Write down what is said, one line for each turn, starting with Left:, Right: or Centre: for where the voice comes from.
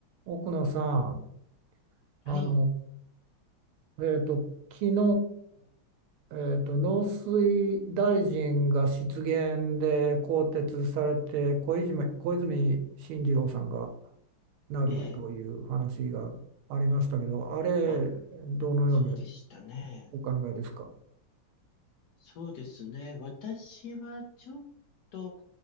Right: 奥野さん、あの、
Left: はい、
Right: えっと、昨日、えっと、農水大臣が失言で更迭されて、小泉、小泉進次郎さんがなるという話がありましたけど、
Left: ええ。
Right: あれ、
Left: あ、
Right: どのように
Left: そうでしたね。
Right: お考えですか
Left: そうですね。私はちょっと、